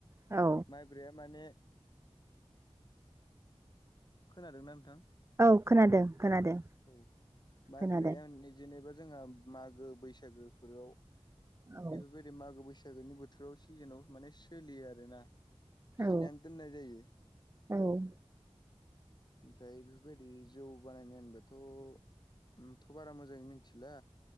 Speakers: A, on the right (about 25°); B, on the left (about 40°).
A: औ
B: माइब्राया माने खोनादोंना नोंथां?
A: औ खोनादों खोनादों।
B: औ माइब्रायाने
A: खोनादों
B: जेनेबा जोंहा मागो बैसागोफोराव
A: औ
B: बेफोरबायदि मागो बैसागोनि बोथोराव सिजेनाव माने सोलियो आरोना। फिनानै
A: औ
B: दोननाय जायो।
A: औ
B: ओमफ्राय बेफोरबायदि जौ बानायनाय होनबाथ' आंथ' बारा मोजाङै मिनथिला।